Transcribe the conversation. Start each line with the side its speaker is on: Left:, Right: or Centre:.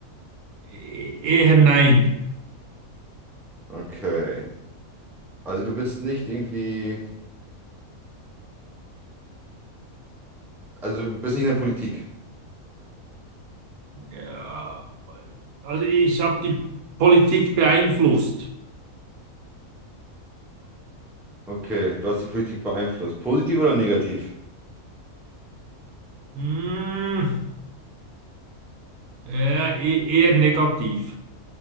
Right: e- eher nein.
Centre: Okay. Also du bist nicht irgendwie. Also du bist nicht in der Politik.
Right: Ja, also ich habe die Politik beeinflusst.
Centre: Okay. Du hast die Politik beeinflusst. Positiv oder negativ?
Right: Hm, ja, e- eher negativ.